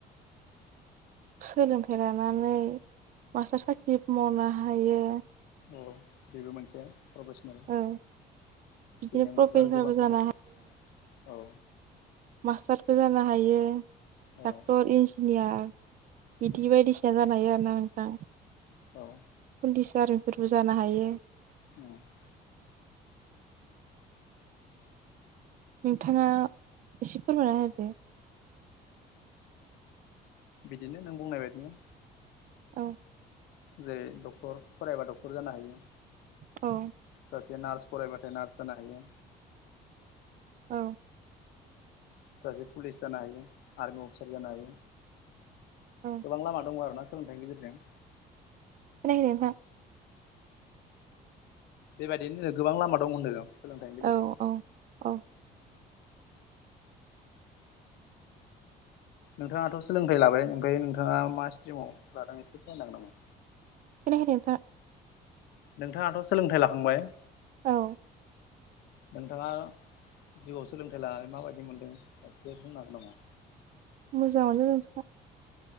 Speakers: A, on the right; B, on the left.
A: सोलोंथाइ लानानै मास्टार साख्रि मावनो हायो
B: औ बेबो मोनसे प्रफिसनेल
A: औ बिदिनो
B: बेनि अनगा
A: प्रफेसारबो
B: आरो गोबां
A: जानो
B: दंबावो औ
A: मास्टारफोर जानो हायो
B: औ
A: डक्टर इनजिनियार बिदि
B: उम
A: बायदिसि ना जानो हायो आरोना नोंथां
B: औ
A: पुलिस आरमिफोरबो जानो हायो
B: <unintelligible>
A: नोंथाङा एसे फोरमायना होदो
B: बिदिनो नों बुंनाय बायदिनो
A: औ
B: जेरै डक्टर फरायबा डक्टर जानो हायो
A: औ
B: सासे नार्स फरायबाथाय नार्स जानो हायो
A: औ
B: सासे पुलिस जानो हायो आर्मि अफिसार जानो हायो
A: औ
B: गोबां लामा दङ आरोना सोलोंथाइनि गेजेरजों
A: खोनायाखै नोंथां
B: बेबायदिनो गोबां लामा दं होनदों सोलोंथाइनि
A: औ
B: गेजेरजों
A: औ औ
B: नोंथाङाथ' सोलोंथाइ लाबाय ओमफ्राय नोंथाङा मा स्ट्रिमाव लादों एसे फोरमायनो होगोन नामा
A: खोनायाखै नोंथां
B: नोंथाङाथ' सोलोंथाइ लाखांबाय
A: औ
B: नोंथाङा जिउआव सोलोंथाइ लानानै माबायदि मोनदों एसे बुंनो हागोन नामा
A: मोजाङानो नोंथां